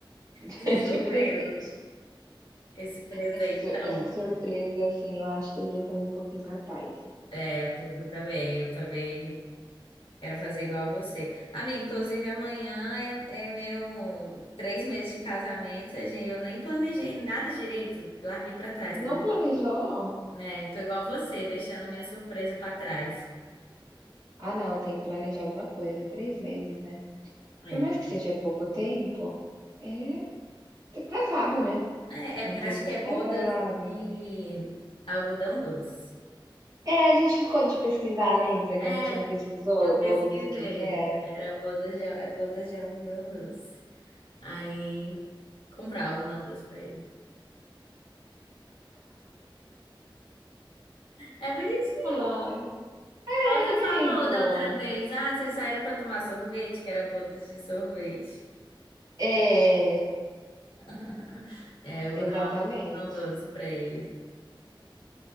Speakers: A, on the right (about 40°); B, on the left (about 85°).
A: <laughs>
B: De surpresa.
A: de presente.
B: Esse presentão.
A: Essa su essa surpresa, assim, eu acho que ele ia cair um pouquinho pra trás.
B: É, eu, t- eu também, eu também quero fazer igual a você. Amiga, inclusive amanhã é, é meu três meses de casamento, a gen- eu nem planejei nada direito, larguei pra trás
A: Não
B: também.
A: planejou?
B: É, tô igual a você, deixando minha surpresa pra trás.
A: Ah, não, tem que planejar alguma coisa, 3 meses, né.
B: É,
A: Por mais que seja pouco tempo, é, tá casado, né?
B: É, é-
A: É um tempo
B: acho que
A: de
B: é bodas
A: casado.
B: de algodão doce.
A: É, a gente ficou de pesquisar, lembra? Que
B: É,
A: a gente não pesquisou
B: eu pesquisei.
A: bodas do que que era.
B: Era bodas de, é bodas de algodão doce. Aí, comprar algodão doce pra ele. É bonitinho.
A: Ai, é,
B: Igual Você
A: amigo.
B: falou da outra vez. Ah, vocês saíram pra tomar sorvete, que era bodas de sorvete.
A: É,
B: <laughs> É, eu
A: exatamente.
B: vou dar uma opção doce pra eles.